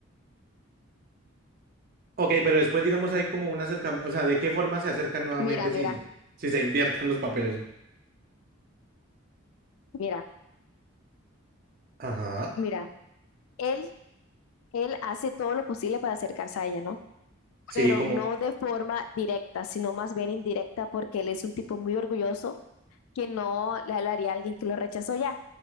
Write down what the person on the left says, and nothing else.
Mira, mira,
mira,
mira. Él, él hace todo lo posible para acercarse a ella, ¿no?
Pero
no de forma directa, sino más bien indirecta, porque él es un tipo muy orgulloso que no le hablaría a alguien que lo rechazó ya.